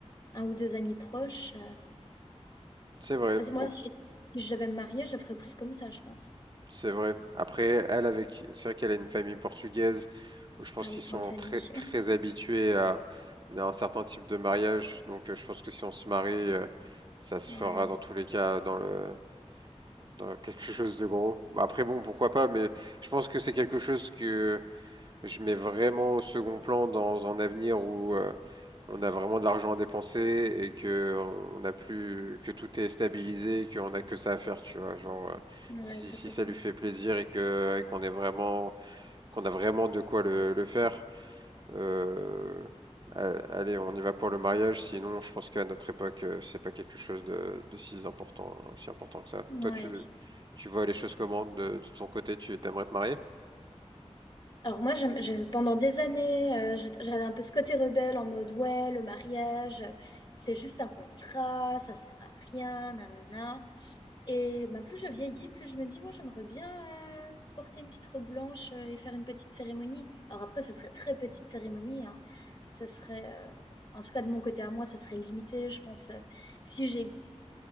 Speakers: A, on the left; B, on the right.
A: un ou deux amis proches.
B: c'est vrai,
A: Parce que moi,
B: on-
A: si, si je devais me marier, je ferais plus comme ça, je pense.
B: c'est vrai. Après, elle avec, c'est vrai qu'elle a une famille portugaise où je pense
A: Ah
B: qu'ils
A: oui, grande
B: sont
A: famille.
B: très, très
A: <laughs>
B: habitués à, à un certain type de mariage. Donc, euh, je pense que si on se marie, euh, ça se
A: Ouais,
B: fera dans tous les cas dans le, dans quelque chose de gros. Bah, Après, bon, pourquoi pas, mais je pense que c'est quelque chose que je mets vraiment au second plan dans un avenir où euh, on a vraiment de l'argent à dépenser et que on n'a plus que tout est stabilisé, qu'on a que ça à faire, tu vois. Genre euh,
A: ouais,
B: si,
A: ça
B: si
A: fait
B: ça
A: sens.
B: lui fait plaisir et que et qu'on est vraiment qu'on a vraiment de quoi le, le faire, euh, a- allez, on y va pour le mariage. Sinon, je pense qu'à notre époque, euh, c'est pas quelque chose de, de si important, si important que ça.
A: Ouais.
B: Toi, tu tu vois les choses comment de, de ton côté? Tu t'aimerais te marier?
A: Alors moi, j'aime- j'ai- pendant des années, euh, j'ai- j'avais un peu ce côté rebelle en mode, ouais, le mariage, euh, c'est juste un contrat, ça sert à rien, nanana. Et bah, plus je vieillis, plus je me dis, ouais, j'aimerais bien euh, porter une petite robe blanche euh, et faire une petite cérémonie. Alors après, ce serait très petite cérémonie, hein. Ce serait, euh, en tout cas de mon côté à moi, ce serait limité. Je pense, euh, si j'ai